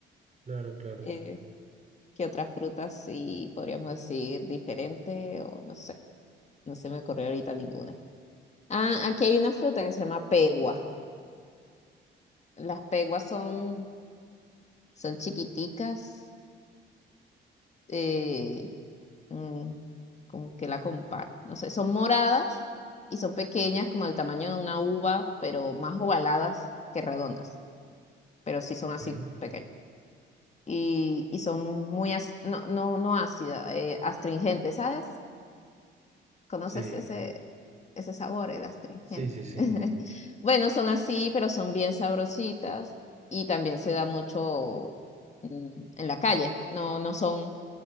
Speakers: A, on the right (about 35°); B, on the left (about 35°).
A: Claro, claro.
B: Eh, ¿Qué otras frutas sí podríamos decir diferente? O no sé, no se me ocurrió ahorita ninguna. Ah, aquí hay una fruta que se llama pegua. Las peguas son, son chiquiticas, eh, mm, como que la comparo, no sé, son moradas y son pequeñas como el tamaño de una uva, pero más ovaladas que redondas, pero sí son así
A: Ok,
B: pequeñas. Y, y son muy, ac- no, no, no ácidas, eh, astringentes, ¿sabes? ¿Conoces
A: Sí,
B: ese, ese sabor, el astringente.
A: sí, sí, sí.
B: <laughs> Bueno, son así, pero son bien sabrositas y también se da mucho mm, en la calle. No, no son